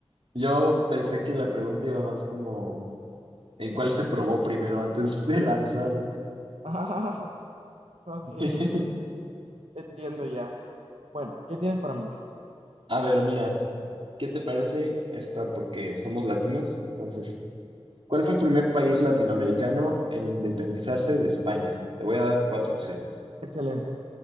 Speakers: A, on the right; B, on the right.
A: Yo pensé que la pregunta iba más como, ¿en cuál se probó primero antes de lanzarla?
B: <laughs> Ah, ok,
A: <laughs>
B: entiendo ya. Bueno, ¿qué tienes para mí?
A: A ver, mira, ¿qué te parece esta? Porque somos latinos, entonces... ¿Cuál fue el primer país latinoamericano en independizarse de España? Te voy a dar cuatro opciones.
B: Excelente.